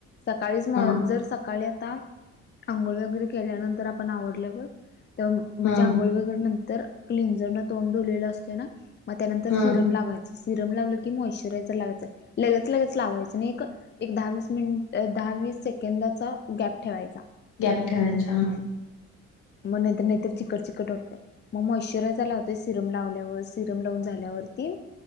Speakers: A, on the left; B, on the left.
A: सकाळीच मग
B: हा
A: जर सकाळी आता आंघोळी वगैरे केल्यानंतर आपण.... आवडल्यावर.... ते म्हणजे
B: हा
A: आंघोळी वगैरे नंतर क्लिंजर न तोंड धुलेलं असते ना.... मग त्यानंतर
B: हा
A: सिरम लावायच असतय लावल की मॉस्चरायजर लावायच.... लगेच लगेच लावायच नाही. एक दहावीस मिनट, दहावीस सेकंदाचा गॅप ठेवायचा.
B: गॅप ठेवायचा.
A: हम्म मग नाहीतर नाहीतर चिकट चिकट होत मग मग मॉस्चरायजर लावता सिरम लावल्यावर सिरम लावून झाल्यावरती